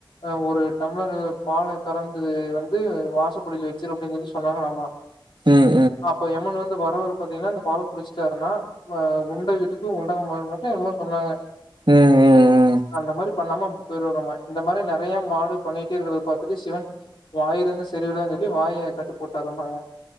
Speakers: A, on the left; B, on the right.
A: அ ஒரு டம்மளரு பால கறந்து வந்து வாசப்படியில வச்சிரு அப்படின் சொல்லி சொன்னங்களாமா
B: ம் ம்
A: அப்போ எமன் வந்து வர ஒரு பாத்தீங்கன்னா இந்த பால குடிச்சுட்டாருன்னா ப்ப உண்டை வீட்டுக்கு உண்டகம் பண்ணுமொத்தான் என்னமோ சொன்னாங்க
B: ம் ம் ம்
A: அந்த மாரி பண்ணாம போயிருவராமா இந்த மாரி நிறைய மாடு பண்ணிட்டே இருக்கறத பார்த்தட்டு சிவன் வாய் இருந்து சரிவராதுன்னு சொல்லி வாயை கட்டுபோட்டாரமாங்க